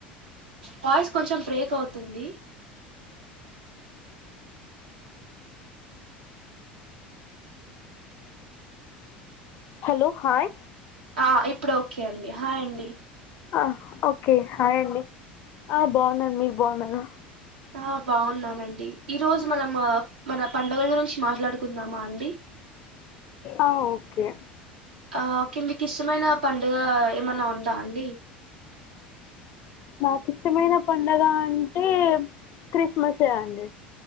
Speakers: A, on the right; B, on the left.
A: వాయిస్ కొంచెం బ్రేక్ అవుతుంది
B: హలో హాయ్
A: ఆ ఇప్పుడు ఓకే అండి హాయ్ అండి
B: ఆ ఓకే హాయండి ఆ బాగున్నాను మీరు బాగున్నారా
A: ఆ బాగున్నానండి ఈ రోజు మనమ్ అ మన పండుగల గురించి మాట్లాడుకుందామండి
B: ఆ ఓకే
A: ఆ ఓకే మీకు ఇష్టంమైన పండుగ ఏమన్నా ఉందా అండి
B: నాకు ఇష్టంమైన పండుగ అంటే క్రిస్మసే అండి